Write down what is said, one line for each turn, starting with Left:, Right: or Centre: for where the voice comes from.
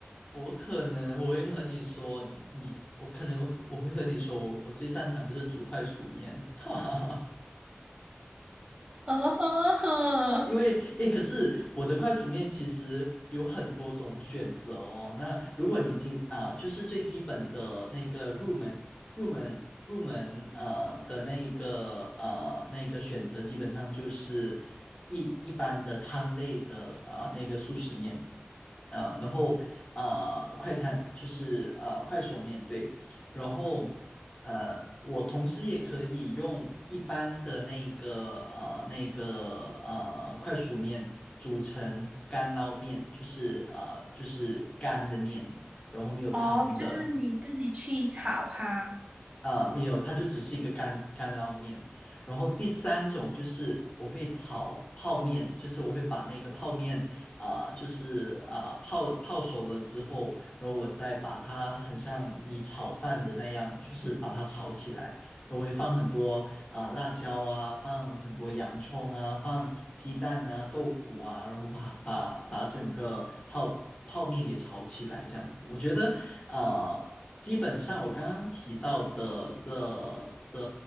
Left: 我可能我会和你说，你我可能我会和你说，我我最擅长就是煮快熟面，<laughs> 哈哈哈。
Right: 哦，
Left: 因为诶，可是我的快熟面其实有很多种选择哦。那如果你今啊、就是最基本的那个入门入门入门呃的那一个呃那个选择，基本上就是一一般的汤类的啊、那个速食面。呃，然后呃，快餐就是呃快手面对，然后呃，我同时也可以用一般的那个呃那个呃快熟面煮成干捞面，就是呃就是干的面，然后没有汤的，
Right: <laughs> 哦，就是你自己去炒哈。
Left: 呃，没有，它就只是一个干干捞面。然后第三种就是我会炒泡面，就是我会把那个泡面啊、呃就是啊、呃泡泡熟了之后，然后我再把它很像你炒饭的那样，就是把它炒起来。然后我会放很多啊、呃辣椒啊，放很多洋葱啊，放鸡蛋啊、豆腐啊，然后把把把整个泡泡面给炒起来，这样子。我觉得呃基本上我刚刚提到的这这